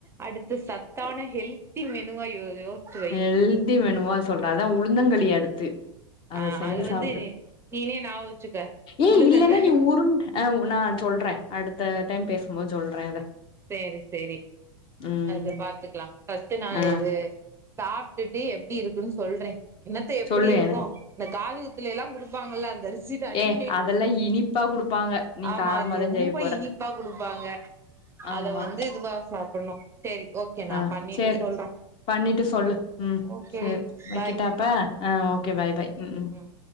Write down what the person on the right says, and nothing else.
அடுத்த சத்தான ஹெல் த்தி மெனுவா யோ வையி
ஆ
அது வந்து
நீனே ஞாபக வச்சுக்க
முள்ளங்கி
சேரி சேரி
அத பாத்துக்கலா ஃபஸ்ட் நா
இது சாப்ட்டுட்டு எப்படி இருக்குன்னு சொல்றே என்னத்த எப்படி
இருக்கு
இந்த காது குத்துலல்லா குடுப்பாங்கல்ல அந்த அரிசி ரிசிதானே
ஆமா
அது ரொம்ப
இனிப்பா குடுப்பாங்க
அத வந்து இதுவா சாப்பிடணு செரி ஓகே நா
பண்ணிட்டு
சொல்றே
ஓகேடி
பாய்
ம்